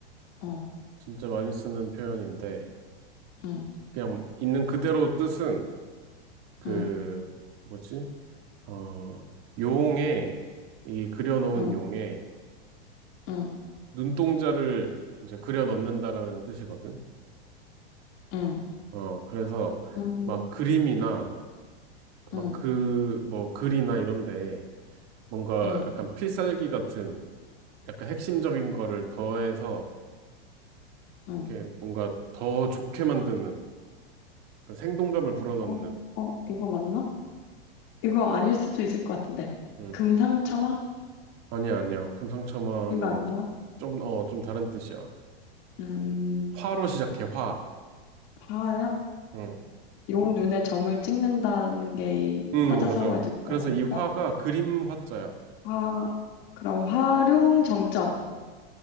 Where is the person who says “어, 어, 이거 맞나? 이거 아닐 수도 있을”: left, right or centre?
Left